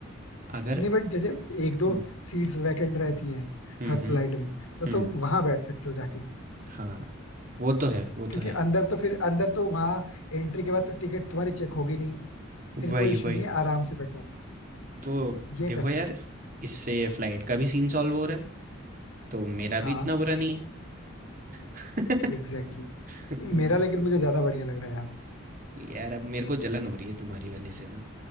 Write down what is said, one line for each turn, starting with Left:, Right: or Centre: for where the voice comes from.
Right: अगर
Left: नहीं बट जैसे एक दो
Right: हुँ,
Left: सीट्स वैकेंट रहती हैं
Right: हुँ,
Left: हर
Right: हुँ,
Left: फ्लाइट में तो
Right: हुँ,
Left: तुम वहां बैठ सकते हो जाके
Right: हाँ, वो तो है, वो तो
Left: क्योंकि
Right: है।
Left: अंदर तो फिर अंदर तो वहां एंट्री के बाद तो टिकट तुम्हारी चेक होगी नहीं फिर
Right: वही,
Left: कोई इशू
Right: वही।
Left: नहीं है आराम से बैठो
Right: तो
Left: ये
Right: देखो
Left: कर
Right: यार,
Left: सकते
Right: इससे फ्लाइट का भी सीन सॉल्व हो रहा है, तो मेरा भी
Left: हो हाँ
Right: इतना बुरा नहीं है। <laughs>
Left: एग्जैक्टली exactly.
Right: हुँ,
Left: मेरा लेकिन मुझे ज्यादा बढ़िया लग रहा है
Right: यार अब मेरे को जलन हो रही है तुम्हारी वाली से ना।